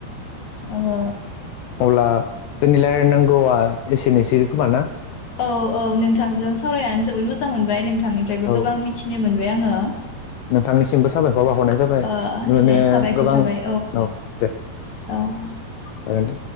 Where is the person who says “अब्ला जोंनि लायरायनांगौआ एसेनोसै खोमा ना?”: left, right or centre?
Left